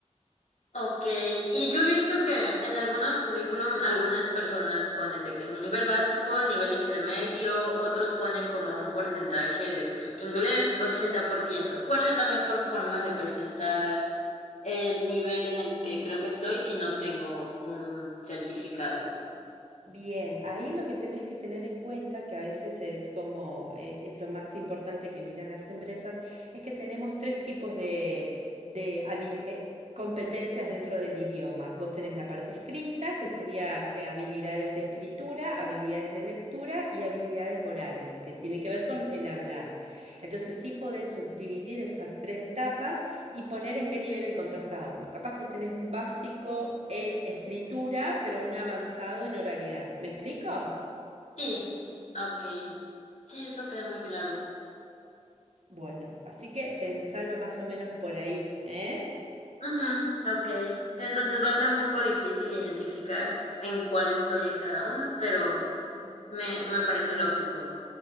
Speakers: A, on the left; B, on the right.
A: Ok, y yo he visto que en algunos currículum algunas personas ponen de que nivel básico, nivel intermedio, otros ponen como un porcentaje de que inglés 80%. ¿Cuál es la mejor forma de presentar el nivel en el que creo que estoy si no tengo un certificado?
B: Bien, ahí lo que tenés que tener en cuenta, que a veces es como eh, es lo más importante que miran las empresas, es que tenemos tres tipos de, de habil- eh, competencias dentro del idioma. Vos tenés la parte escrita, que sería eh, habilidades de escritura, habilidades de lectura y habilidades orales, que tienen que ver con el hablar. Entonces sí podés subdividir esas tres etapas y poner en qué nivel encontrás cada uno. Capaz que tenés un básico en escritura, pero un avanzado en oralidad. ¿Me explico?
A: Sí, ok. Sí, eso queda muy claro.
B: Bueno, así que pensalo más o menos por ahí, ¿eh?
A: Ujú, ok. Sí, entonces va a ser un poco difícil identificar en cuál estoy en cada uno, pero me, me parece lógico.